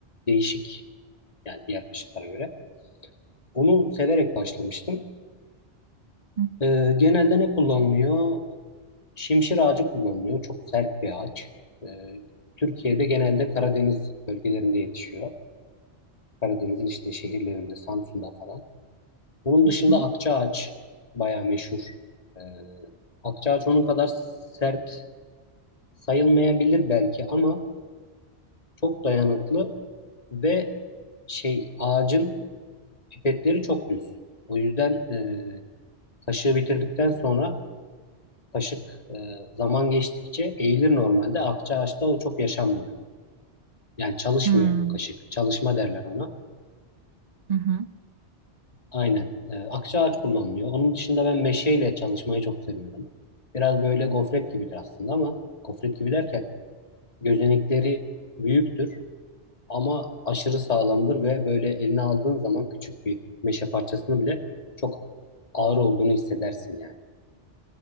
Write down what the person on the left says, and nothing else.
değişik yani diğer kaşıklara göre. Onu severek başlamıştım.
Ee, genelde ne kullanılıyor? Şimşir ağacı kullanılıyor. Çok sert bir ağaç. Ee, Türkiye'de genelde Karadeniz bölgelerinde yetişiyor. Karadeniz'in işte şehirlerinde, Samsun'da falan. Onun dışında
akça ağaç bayağı meşhur. Ee, akça ağaç onun kadar sert sayılmayabilir belki ama çok dayanıklı ve şey ağacın pipetleri çok düz. O yüzden e, kaşığı bitirdikten sonra kaşık e, zaman geçtikçe eğilir normalde. Akça ağaçta o çok yaşanmıyor. Yani çalışmıyor
kaşık. Çalışma derler ona.
Aynen. E, akça ağaç kullanılıyor. Onun dışında ben meşeyle çalışmayı çok seviyorum. Biraz böyle gofret gibidir aslında ama gofret gibi derken gözenekleri büyüktür. ama aşırı sağlamdır ve böyle eline aldığın zaman küçük bir meşe parçasını bile çok ağır olduğunu hissedersin yani.